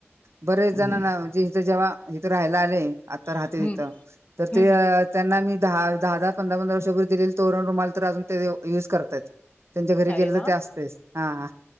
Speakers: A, on the right; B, on the left.
A: बरेच
B: हम्म
A: जणांना म्हणजे इथ जेव्हा इथं राहायला आले आता राहते
B: हम्म
A: तिथं तर
B: हम्म
A: ते त्यांना मी दहा दहा दहा पंधरा पंधरा वर्षापूर्वी दिलेले तोरण रुमाल तर अजून ते युज करतयत. त्यांच्या घरी
B: अरे
A: गेलं
B: वा!
A: तर ते असतेच हा